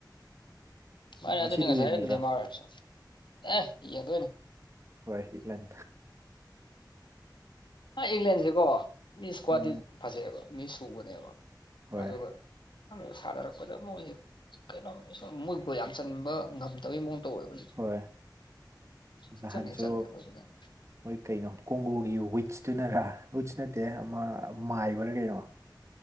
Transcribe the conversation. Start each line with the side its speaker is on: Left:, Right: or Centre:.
Left: ꯃꯥꯅꯦ
Right: ꯉꯁꯤꯗꯤ
Left: ꯑꯗꯨꯅꯤ ꯉꯁꯥꯏꯅ
Right: ꯌꯦꯡꯉꯣꯏꯗ꯭ꯔꯣ
Left: ꯅꯦꯃꯥꯔꯔ ꯑꯦ ꯌꯦꯡꯗꯣꯏꯅꯦ
Right: ꯍꯣꯏ ꯏꯪꯂꯥꯜ
Left: ꯚꯥꯢ ꯏꯪꯂꯟꯁꯦꯀꯣ ꯃꯤ ꯏꯁꯀ꯭ꯋꯥꯗꯤ
Right: ꯎꯝ
Left: ꯐꯖꯩꯑꯦꯕ ꯃꯤ ꯁꯨꯕꯅꯦꯕ
Right: ꯍꯣꯏ
Left: ꯑꯗꯨꯒ ꯁꯥꯅꯔꯛꯄꯗ ꯃꯣꯏꯖꯦ ꯑꯩꯈꯣꯏ ꯌꯥꯝ ꯆꯟꯕ ꯉꯝꯗꯕꯒꯤꯩ ꯃꯑꯣꯡ ꯇꯧꯋꯦꯕ ꯍꯧꯖꯤꯛ
Right: ꯍꯣꯏ
Left: ꯁꯨꯡꯆꯟ
Right: ꯅꯍꯥꯟꯁꯨ
Left: ꯍꯦꯛ ꯆꯟꯗꯦ ꯃꯣꯏ ꯐꯖꯅ
Right: ꯃꯣꯏ ꯀꯩꯅꯣ ꯀꯣꯡꯒꯣꯒꯤ ꯋꯤꯠꯁꯇꯨꯅꯔ ꯋꯤꯠꯁ ꯅꯠꯇꯦ ꯑꯃ ꯃꯥꯏꯕꯔ ꯀꯩꯅꯣ